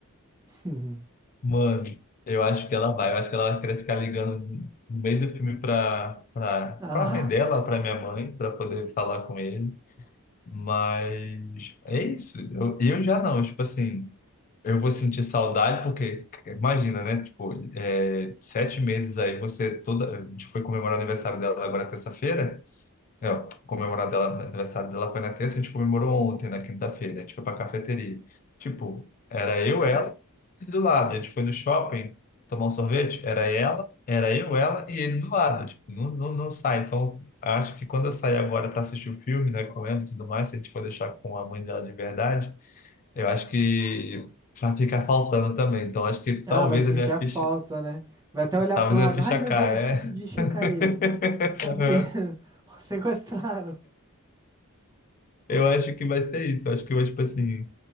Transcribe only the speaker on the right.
<laughs>
Ah,
ah, vai sentir
a
falta, né? Vai até olhar
pro lado.
Ai, meu
Deus, esqueci de checar
ele. Cadê?
<laughs> Sequestraram.